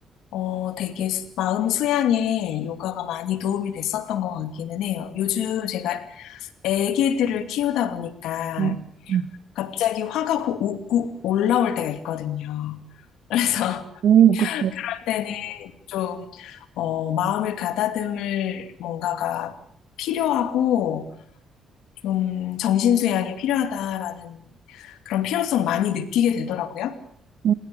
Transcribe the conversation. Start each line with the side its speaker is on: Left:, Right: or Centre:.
Left: 어, 되게 수- 마음 수양에 요가가 많이 도움이 됐었던 것 같기는 해요. 요즘 제가 애기들을 키우다 보니까
Right: 음, 음.
Left: 갑자기 화가 호- 오고 올라올 때가 있거든요. 그래서
Right: 오, 그쵸.
Left: <laughs> 그럴 때는 좀 어, 마음을 가다듬을 뭔가가 필요하고 좀 정신수양이 필요하다라는 그런 필요성을 많이 느끼게 되더라고요.
Right: 음,